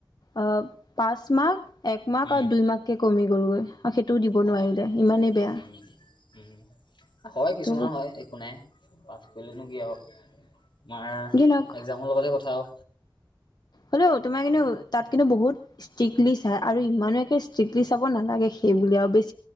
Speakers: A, on the left; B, on the left.
A: অ, পাঁচ মাৰ্ক, এক মাৰ্ক
B: উম
A: আৰু দুই মাৰ্ক কে কমি গঁল গৈ আৰু সেইটোও দিব
B: অ
A: নোৱাৰিলে সিমানে বেয়া।
B: উম উম, হয় কিছুমান
A: ত'
B: হয় একো নাই পাছ কৰিলেনো কি আওঁ। তোমাৰ
A: যি নহওক
B: একজামৰ লগতহে কথা আও।
A: হ'লো তোমাৰ কিন্তু তাত কিন্তু বহুত ষ্ট্ৰিকলি চায় আৰু ইমানো একে ষ্ট্ৰিকলি চাব নালাগে সেইবুলি আৰু বেছ